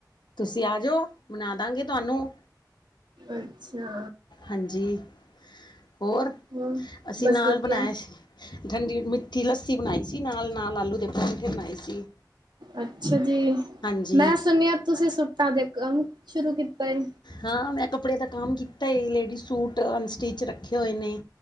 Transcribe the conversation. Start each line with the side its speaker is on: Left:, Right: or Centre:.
Left: ਤੁਸੀਂ ਆ ਜਾਓ ਬਣਾ ਦਾਂਗੇ ਤੁਹਾਨੂੰ।
Right: ਅੱਛਾ।
Left: ਹਾਂਜੀ ਹੋਰ
Right: ਹੋਰ
Left: ਅਸੀਂ
Right: ਬਸ
Left: ਨਾਲ
Right: ਵਧੀਆ
Left: ਬਣਾਏ ਸੀ ਠੰਡੀ ਮਿੱਠੀ ਲੱਸੀ ਬਣਾਈ ਸੀ ਨਾਲ, ਨਾਲ ਆਲੂ ਦੇ ਪਰੌਠੇ ਬਣਾਏ ਸੀ।
Right: ਅੱਛਾ ਜੀ
Left: ਹਾਂਜੀ
Right: ਮੈਂ ਸੁਣਿਆ ਤੁਸੀਂ ਸੁੱਟਾਂ ਦੇ ਕੰਮ ਸ਼ੁਰੂ ਕੀਤਾ ਹੈ।
Left: ਹਾਂ ਮੈਂ ਕੱਪੜੇ ਦਾ ਕੰਮ ਕੀਤਾ ਲੇਡੀਜ਼ ਸੂਟ ਅਨਸਟਿਚ ਰੱਖੇ ਹੋਏ ਨੇ।